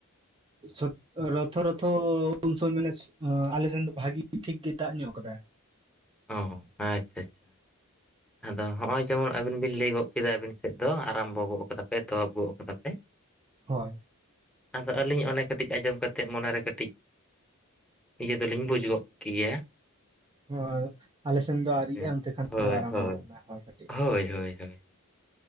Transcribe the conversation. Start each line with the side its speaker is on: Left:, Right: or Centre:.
Right: ᱥᱚᱛ ᱨᱚᱛᱷᱚ ᱨᱚᱛᱷᱚ ᱩᱱᱥᱚ ᱢᱟᱱᱮ ᱟᱞᱮ ᱥᱮᱱ ᱫᱚ ᱵᱷᱟᱜᱤ ᱴᱷᱤᱠ ᱜᱮ ᱫᱟᱜ ᱧᱚᱜ ᱠᱟᱫᱟᱭ᱾
Centre: ᱚ ᱟᱪᱪᱷᱟ ᱟᱪᱪᱷᱟ᱾
Right: <inaudible>
Centre: ᱟᱫᱚ ᱦᱚᱸᱜᱼᱚᱭ ᱡᱮᱢᱚᱱ ᱟᱵᱤᱱ ᱵᱤᱱ ᱞᱟᱹᱭ ᱜᱚᱜ ᱠᱮᱫᱟ ᱟᱵᱤᱱ ᱥᱮᱫ ᱫᱚ ᱟᱨᱟᱢᱵᱚ ᱜᱚᱜ ᱠᱟᱫᱟᱯᱮ ᱮᱛᱚᱦᱚᱵ ᱜᱚᱜ ᱠᱟᱫᱟ ᱯᱮ᱾
Right: ᱦᱳᱭ᱾
Centre: ᱟᱫᱚ ᱟᱹᱞᱤᱧ ᱚᱱᱮ ᱠᱟᱹᱴᱤᱡ ᱟᱸᱡᱚᱢ ᱠᱟᱛᱮᱜ ᱢᱚᱱᱮᱨᱮ ᱠᱟᱹᱴᱤᱡ ᱤᱭᱟᱹ ᱫᱚᱞᱤᱧ ᱵᱩᱡ ᱜᱚᱫ ᱠᱮᱭᱟ,
Right: ᱦᱚ ᱟᱞᱮ ᱥᱮᱱ ᱫᱚ ᱟᱣᱨᱤᱜᱼᱟ
Centre: ᱦᱮᱸ
Right: ᱚᱱᱛᱮ ᱠᱷᱟᱱ
Centre: ᱦᱳᱭ
Right: ᱫᱚ ᱟᱨᱟᱢᱵᱚ-ᱟ
Centre: ᱦᱳᱭ
Right: ᱠᱟᱱᱟ ᱠᱟᱹᱴᱤᱡ᱾
Centre: ᱦᱳᱭ ᱦᱳᱭ ᱦᱳᱭ᱾